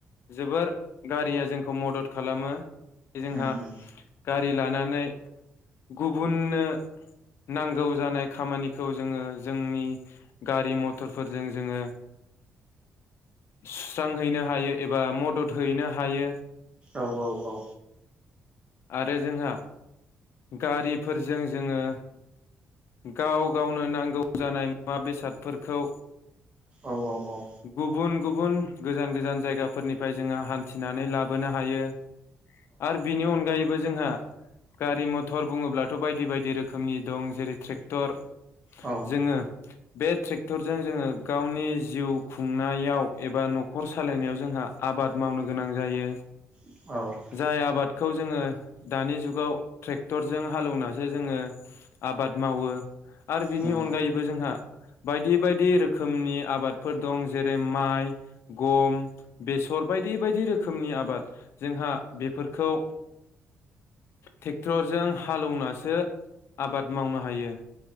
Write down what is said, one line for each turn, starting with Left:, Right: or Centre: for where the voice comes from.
Left: जोबोर गारिया जोंखौ मदद खालामो जोंहा
Right: उम उम
Left: गारि लानानै गुबुननो नांगौ जानाय खामानिखौ जोङो जोंनि गारि मथरफोरजों जोङो सुस्रांहैनो हायो एबा मदद हैनो हायो
Right: औ औ औ
Left: आरो जोंहा गारिफोरजों जोङो गाव गावनो नांगौ जानाय मुवा बेसादफोरखौ
Right: औ औ औ
Left: गुबुन गुबुन गोजान गोजान जायगाफोरनिफ्राय जोङो हान्थिनानै लाबोनो हायो आरो बिनि अनगायैबो जोंहा गारि मथर बुङोब्लाथ' बायदि बायदि रोखोमनि। दं जेरै ट्रेक्टर
Right: औ
Left: जोङो बे ट्रेक्टरजों जोङो गावनि जिउ खुंनायाव एबा न'खर सालायनायाव जोंहा आबाद मावनो गोनां जायो
Right: औ
Left: जाय आबाद खौ जोङो दानि जुगाव ट्रेक्टरजों हालौवनासो जोङो आबाद मावो आरो बिनि
Right: उम उम
Left: अनगायैबो जोंहा बायदि बायदि रोखोमनि आबादफोर दं जेरै माइ गम बेसर बायदि बायदि रोखोमनि आबाद जोंहा बेफोरखौ ट्रेक्टरजों हालेवनासो आबाद मावनो हायो